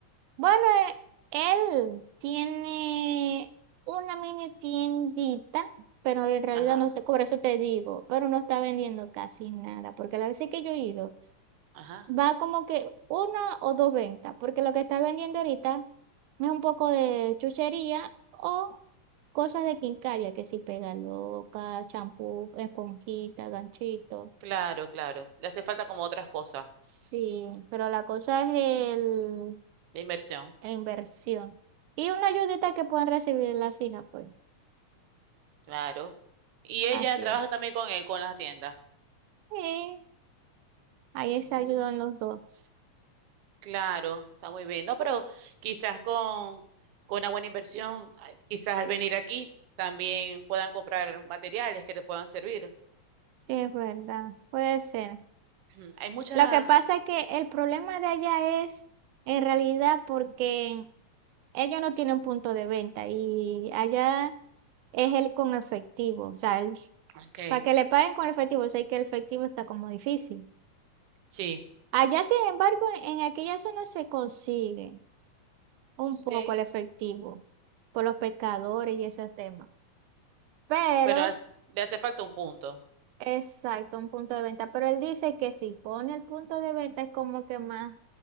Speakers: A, on the right; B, on the right.
A: Bueno, eh, él tiene una mini tiendita, pero en realidad
B: Ajá,
A: no está, por eso te digo, pero no está vendiendo casi nada, porque la veces que yo he ido,
B: ajá.
A: va como que una o dos ventas, porque lo que está vendiendo ahorita es un poco de chuchería o cosas de quincalla, que si pega loca, champú, esponjita, ganchito.
B: Claro, claro. Le hace falta como otras cosas
A: Sí, pero la cosa es el,
B: de inversión.
A: la inversión. Y una ayudita que puedan recibir las hijas, pues.
B: Claro. Y ella
A: Así
B: trabaja
A: es.
B: también con él, con las tiendas.
A: Sí, ahí se
B: Mm,
A: ayudan los dos.
B: claro, está muy bien. No, pero quizás con, con una buena inversión, ay, quizás al venir aquí también puedan comprar materiales que te puedan servir.
A: Sí, es verdad. Puede ser.
B: Mm, Hay muchas.
A: Lo que pasa es que el problema de allá es, en realidad, porque ellos no tienen punto de venta y allá es el con efectivo. O sea, el-
B: Ok,
A: para que le paguen con efectivo, sé que el efectivo está como difícil.
B: sí.
A: Allá, sin embargo, en aquella zona se consigue. un poco
B: Ok,
A: al efectivo por los pescadores y ese tema. Pero,
B: pero a- le hace falta un punto.
A: exacto, un punto de venta. Pero él dice que si pone el punto de venta es como que más